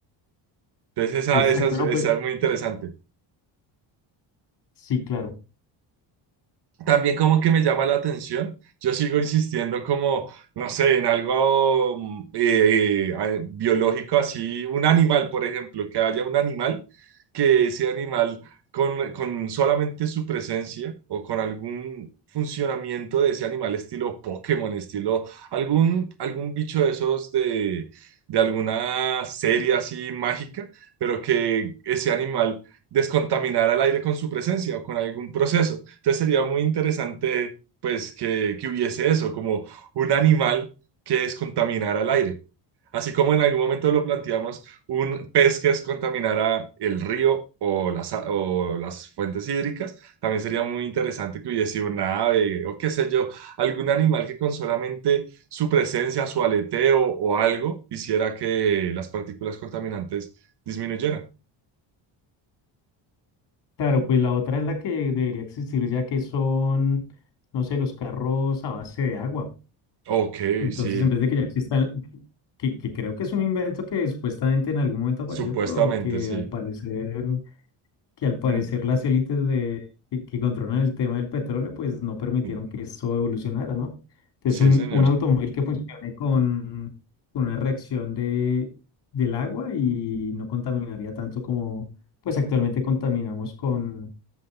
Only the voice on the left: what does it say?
Exacto,
¿no?
Pues
sí, claro.
Claro, pues la otra es la que debería existir ya que son, no sé, los carros a base de agua.
Entonces,
en vez de que ya existan, que, que creo que es un invento que supuestamente en algún momento apareció,
pero que
al parecer, que al parecer
las élites de, que, que controlan el tema del petróleo, pues no permitieron
que eso evolucionara, ¿no? Entonces,
un,
un automóvil que funcione con, con una reacción de, del agua y no contaminaría tanto como, pues actualmente contaminamos con,